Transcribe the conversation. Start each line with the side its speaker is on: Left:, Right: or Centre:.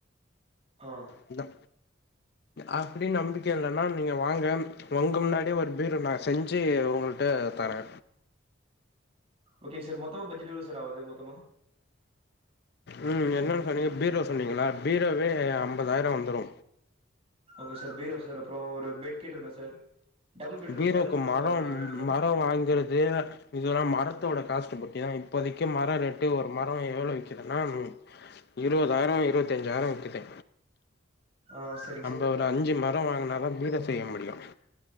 Right: ஆ
Left: இந்தா அப்டின்னு நம்பிக்க இல்லன்னா நீங்க வாங்க உங்க முன்னாடியே ஒரு பீரோ நா செஞ்சு உங்களுக் ட தரே
Right: ஓகேங்க சார் மொத்தமா பட்ஜெட் எவ்ளோ சார் ஆகுது மொத்தமா
Left: ம் என்னென்னு சொன்னீங்க பீரோ சொன்னீங்ளா பீரோவே ஐம்பதாயிர வந்துரு
Right: ஓகே சார் பீரோ சார் அப்பறொ ஒரு பெட் கேட்ருந்தே சார் டபுள் பெட்
Left: பீரோக்கு
Right: டபுள் பெட் ஒன்னு
Left: மரம்
Right: தேவப்படும் சார் எங்களுக்கு
Left: மர வாங்குறது இதல்லா மரத்தோட காஸ்ட் பொட்யா இப்போதக்கி மரொ ரேட்டு ஒரு மரொ எவ்ளோ விக் இதுனா இருவதாயிர இருவத்தஞ்சாயிர வித்துட்டே
Right: ஓ சேர்
Left: நம்ப ஒரு அஞ்சு மர வாங்கினதா பீரோ செய்ய முடியு